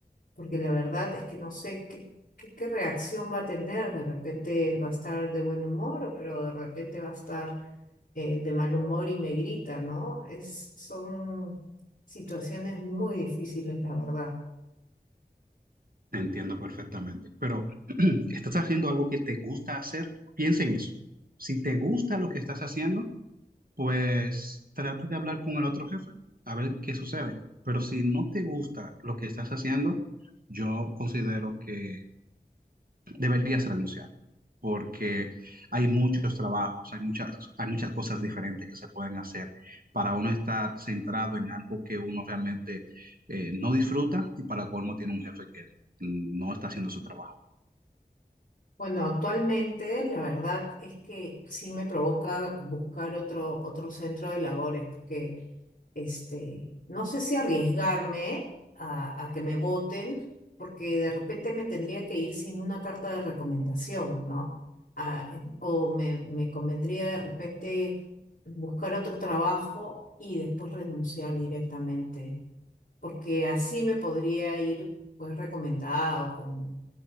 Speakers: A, on the left; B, on the right.
A: porque la verdad es que no sé qué, qué, qué reacción va a tener. De repente va a estar de buen humor, o- pero de repente va a estar eh, de mal humor y me grita, ¿no? Es, son situaciones muy difíciles, la verdad.
B: Entiendo perfectamente, pero <clears throat> estás haciendo algo que te gusta hacer, piensa en eso. Si te gusta lo que estás haciendo, pues trata de hablar con el otro jefe, a ver qué sucede. Pero si no te gusta lo que estás haciendo, yo considero que deberías renunciar, porque hay muchos trabajos, hay muchas, hay muchas cosas diferentes que se pueden hacer para uno estar centrado en algo que uno realmente eh, no disfruta y para colmo tiene un jefe que no está haciendo su trabajo.
A: Bueno, actualmente la verdad es que sí me provoca buscar otro, otro centro de labores, porque este, no sé si arriesgarme a, a que me voten, porque de repente me tendría que ir sin una carta de recomendación, ¿no? Ah, eh, o me, me convendría de repente buscar otro trabajo y después renunciar directamente, porque así me podría ir pues recomendada o con